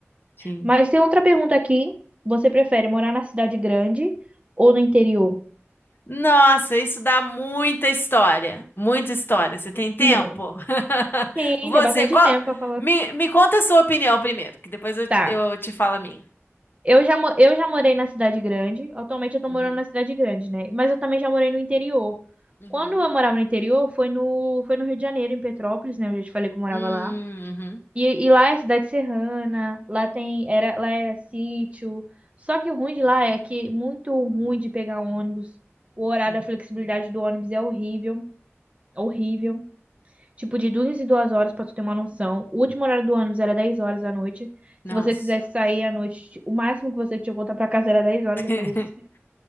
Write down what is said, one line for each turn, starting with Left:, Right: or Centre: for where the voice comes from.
Left: sim.
Right: Mas tem outra pergunta aqui. Você prefere morar na cidade grande ou no interior?
Left: Nossa, isso dá muita história, muita história. Você tem tempo?
Right: <laughs>
Left: <laughs>
Right: Sim,
Left: Você,
Right: tem bastante
Left: qual-
Right: tempo pra falar.
Left: me, me conta a sua opinião primeiro, que depois eu,
Right: Tá.
Left: eu te falo a minha.
Right: Eu já, mo- eu já morei na cidade grande. Atualmente eu tô
Left: Uhum,
Right: morando na cidade grande, né? Mas eu também já morei no interior.
Left: uhum,
Right: Quando eu morava no interior, foi no, foi no Rio de Janeiro, em Petrópolis, né? Eu já te falei que eu morava
Left: hum,
Right: lá.
Left: uhum,
Right: E, e lá é cidade serrana, lá tem, era, lá era sítio. Só que o ruim de lá é que é muito ruim de pegar um ônibus. O horário,
Left: hum.
Right: a flexibilidade do ônibus é horrível, horrível. Tipo, de duas e duas horas, pra tu ter uma noção. O último horário do ônibus era 10 horas da noite.
Left: Nossa.
Right: Se você quisesse sair à noite, o máximo que você tinha que voltar pra casa era 10 horas
Left: <laughs>
Right: depois disso.